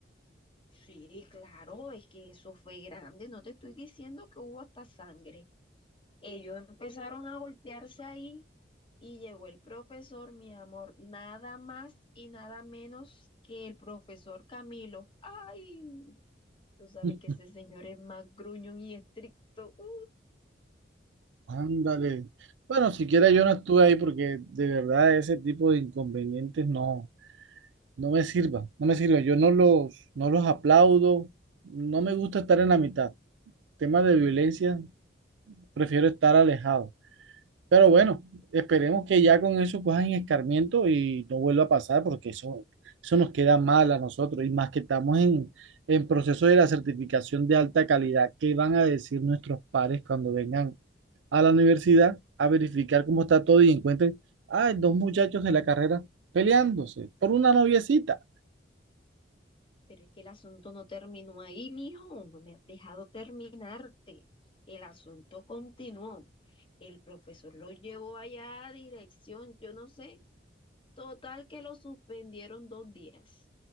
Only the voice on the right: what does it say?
<laughs>
Ándale. Bueno, siquiera yo no estuve ahí porque de verdad ese tipo de inconvenientes no. No me sirva, no me sirva. Yo no los, no los aplaudo, no me gusta estar en la mitad. Temas de violencia, prefiero estar alejado. Pero bueno, esperemos que ya con eso cojan escarmiento y no vuelva a pasar porque eso, eso nos queda mal a nosotros y más que estamos en, en proceso de la certificación de alta calidad. ¿Qué van a decir nuestros pares cuando vengan a la universidad a verificar cómo está todo y encuentren, ay, dos muchachos de la carrera peleándose por una noviecita?